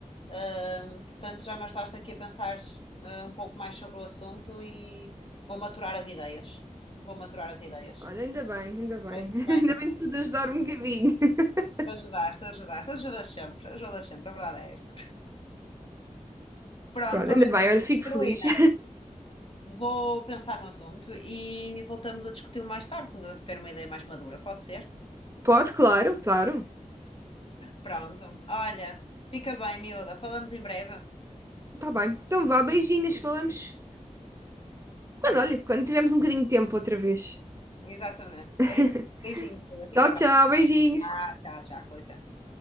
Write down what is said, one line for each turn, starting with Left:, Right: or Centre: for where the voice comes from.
Left: Ah, portanto, já me ajudaste aqui a pensar ah, um pouco mais sobre o assunto e vou maturar as ideias. Vou maturar as ideias.
Right: Olha, ainda bem, ainda bem.
Left: Parece
Right: <laughs>
Left: bem.
Right: Ainda bem que pude ajudar um bocadinho. <laughs>
Left: Ajudaste, ajudaste, ajudas sempre, ajudas sempre, a verdade é essa. Pronto,
Right: Pronto, ainda bem, olha, fico
Left: Carolina,
Right: feliz. <laughs>
Left: vou pensar no assunto e voltamos a discuti-lo mais tarde, quando eu tiver uma ideia mais madura, pode ser?
Right: Pode, claro, claro.
Left: Pronto, olha, fica bem, miúda, falamos em breve.
Right: Tá bem. Então vá, beijinhos, falamos. Quando, olha, quando tivermos um bocadinho de tempo outra vez.
Left: Exatamente,
Right: <laughs>
Left: é isso. Beijinhos, miúda, fica
Right: Tchau,
Left: bem.
Right: tchau, beijinhos.
Left: Tchau, tchau, tchau, com licença.